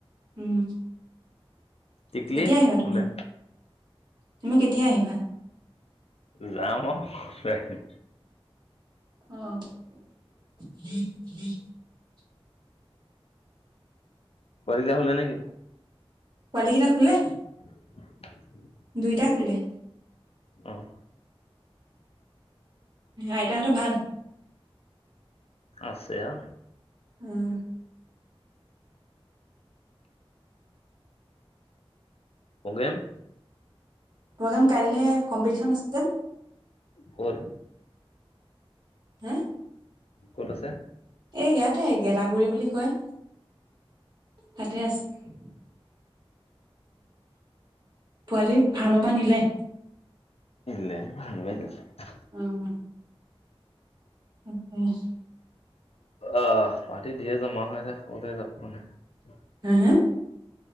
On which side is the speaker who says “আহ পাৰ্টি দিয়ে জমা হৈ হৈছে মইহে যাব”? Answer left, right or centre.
Left